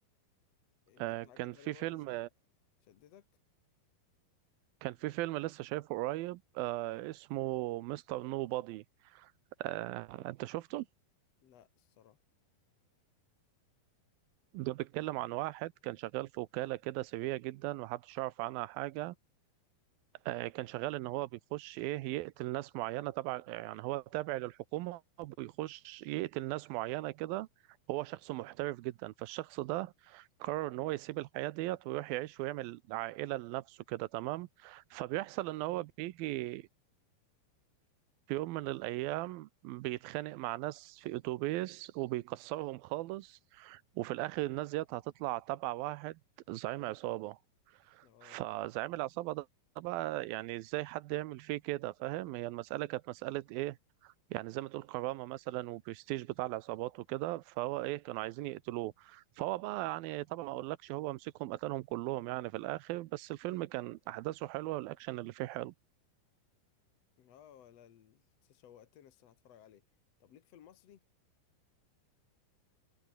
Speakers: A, on the left; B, on the right.
A: انت
B: آه
A: في
B: كان
A: حاجة تانية
B: في
A: برضو
B: فيلم
A: ش- شدتك
B: كان في فيلم لسه شايفه قريب آه اسمه مستر نو بادي آه انت شفته
A: لا الصراحة
B: ده بيتكلم عن واحد كان شغال في وكاله كده سريه جدا محدش يعرف عنها حاجه آه، كان شغال ان هو بيخش ايه يقتل ناس معينه تبع يعني هو تابع للحكومه بيخش يقتل ناس معينه كده هو شخص محترف جدا فالشخص ده قرر ان هو يسيب الحياه ديت ويروح يعيش ويعمل عائله لنفسه كده تمام فبيحصل ان هو بيجي في يوم من الايام بيتخانق مع ناس في اتوبيس وبيكسرهم خالص وفي الاخر الناس ديت هتطلع تبع واحد زعيم عصابه
A: اه
B: فزعيم العصابة ده بقى يعني ازاي حد يعمل فيه كده فاهم هي المسألة كانت مسألة ايه يعني زي ما تقول كرامة مثلا وبرستيج بتاع العصابات وكده فهو ايه كانوا عايزين يقتلوه فهو بقى يعني طبعا ما اقولكش هو مسكهم قتلهم كلهم يعني في الاخر بس الفيلم كان احداثه حلوة والاكشن اللي فيه حلو
A: اه ولا ال- شوقتني الصراحة اتفرج عليه طب ليك في المصري